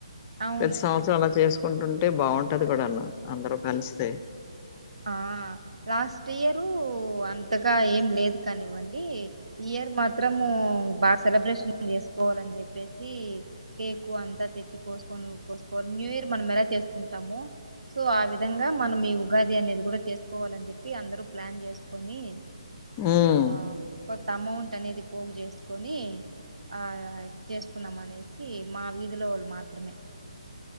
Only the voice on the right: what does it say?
అవును
ఆ లాస్ట్ ఇయరు అంతగా ఏం లేదు కానివ్వండి ఇయర్ మాత్రం బాగా సెలబ్రేషన్ చేసుకోవాలని చెప్పేసి కేక్ అంతా తెచ్చి కోని కోసుకోవాలి న్యూ ఇయర్ మనం ఎలా చేసుకుంటాము సో ఆ విధంగా మనం ఈ ఉగాది అనేది కూడా చేసుకోవాలని చెప్పి అందరూ ప్లాన్ చేసుకొని
ఆ కొంత అమౌంట్ అనేది పోగు చేసుకొని ఆ చేసుకున్నాం అనేసి మా వీధిలో వాళ్ళు మాత్రమే